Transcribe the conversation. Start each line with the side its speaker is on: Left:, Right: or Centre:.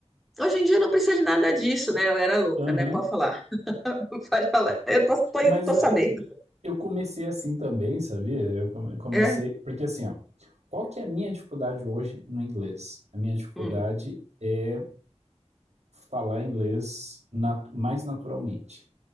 Centre: Hoje em dia não precisa de nada disso, né? Eu era louca,
Right: Aham.
Centre: né? Pode falar. <laughs> Pode falar. Eu tô, tô,
Right: Mas
Centre: tô
Right: é,
Centre: sabendo.
Right: eu comecei assim também, sabia? Eu come- eu comecei.
Centre: É.
Right: Porque assim, ó, qual que é a minha dificuldade hoje no inglês? A minha dificuldade
Centre: Hum.
Right: é falar inglês nat- mais naturalmente.